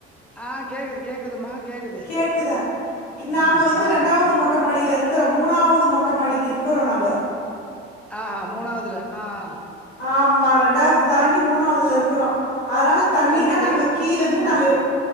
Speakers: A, in the centre; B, on the left (about 80°).
A: ஆ கேக்குது கேக்குதுமா கேக்குது
B: கேக்குதா
A: ம்
B: நாங்க வந்து
A: ஆ
B: ரெண்டாவ்து மொட் மொட்ட மாடியில இருக்கற மூணாவ்து மொட்டமாடிக்கு இருக்குறோ நாங்க
A: அ அ மூணாவ்துல அ அ
B: ஆமா ரெண்டாவ்து தாண்டி மூணாவ்துல இருக்குறோ அதனால தண்ணினா
A: தண்ணி
B: நாங்க
A: டெய்லி
B: கீழந்து நாங்க
A: ஆ